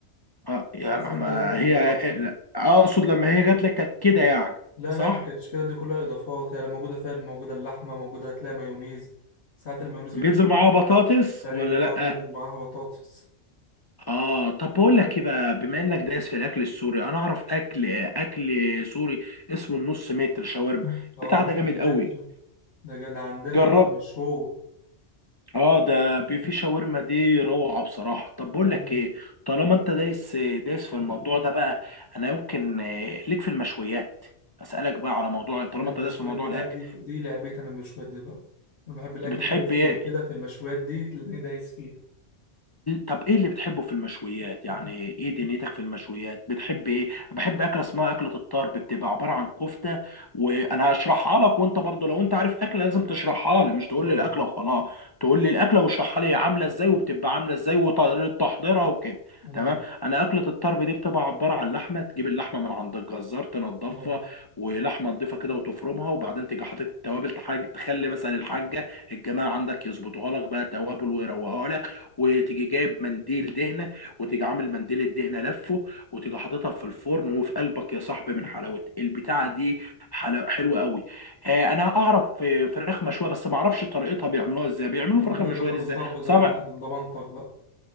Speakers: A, on the left; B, on the left.
A: اه يا
B: بس
A: ما,
B: انت
A: ما
B: لازم تجربها
A: هي إيه، لا. اقصد لما هي جات لك كانت كده يعني
B: لا
A: صح؟
B: لا ما كانتش كده دي كلها اضافات يعني موجوده فيها موجوده اللحمه موجوده هتلاقي مايونيز ساعات المايونيز
A: بينزل
B: بيبقى خفيف
A: معاها بطاطس
B: خارج
A: ولا
B: اه
A: لا؟
B: بينزل معاها بطاطس
A: اه طب بقول لك ايه بقى بما انك دايس في الاكل السوري انا اعرف اكل اكل سوري اسمه النص متر شاورما
B: اه
A: البتاع ده
B: نص
A: جامد قوي
B: متر ده جد عندنا
A: جرب
B: ده مشهور
A: اه ده بيفي شاورما دي روعة بصراحة طب بقول
B: لا
A: لك ايه طالما انت دايس دايس في الموضوع ده بقى انا يمكن آه، ليك في المشويات اسألك بقى على موضوع طالما
B: ده المشويات
A: انت دايس في موضوع
B: دي بقى
A: الاكل
B: دي دي لعبتي انا المشويات دي بقى انا بحب الاكل
A: بتحب
B: الهيلث
A: ايه
B: وكده في المشويات دي تلاقيني دايس فيها
A: طب ايه اللي بتحبه في المشويات يعني ايه دنيتك في المشويات بتحب ايه بحب اكله اسمها اكله الطرب بتبقى عباره عن كفته وانا هشرحها لك وانت برضو لو انت عارف اكله لازم تشرحها لي مش تقول
B: اه
A: لي الاكله وخلاص تقول لي الاكله واشرحها لي هي عامله ازاي وبتبقى عامله ازاي وطريقه تحضيرها وكده
B: امم
A: تمام انا اكله الطرب دي بتبقى عباره عن لحمه تجيب اللحمه من عند الجزار تنضفها
B: اه
A: ولحمه نضيفه كده وتفرمها وبعدين تيجي حاطط التوابل تحاج- تخلي مثلا الحاجه الجماعه عندك يظبطوها لك بقى توابل ويروقوها لك وتيجي جايب منديل دهنه وتيجي عامل منديل الدهنه لفه وتيجي حاططها في الفرن وفي قلبك يا صاحبي من حلاوه البتاعه دي حلا- حلوه قوي آه، انا اعرف آه، فراخ مشويه بس ما اعرفش طريقتها بيعملوها ازاي بيعملوا
B: انا
A: فراخ
B: كده
A: المشويه
B: اجرب
A: دي ازاي
B: الطرب
A: سبع
B: ده بقى على ضمانتك بقى